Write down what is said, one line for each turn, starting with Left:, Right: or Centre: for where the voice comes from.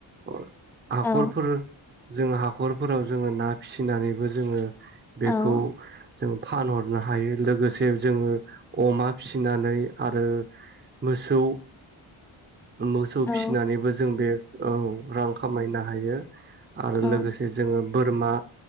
Right: अ हाखरफोर
Centre: औ
Right: जोङो हाखरफोराव जोङो ना फिसिनानैबो जोङो बेखौ
Centre: औ
Right: जों फानहरनो हायो लोगोसे जोंङो अमा फिसिनानै आरो मोसौ मोसौ
Centre: औ
Right: फिसिनानैबो जों बे औ रां खामायना हायो आरो
Centre: औ
Right: लोगोसे जोंङो बोरमा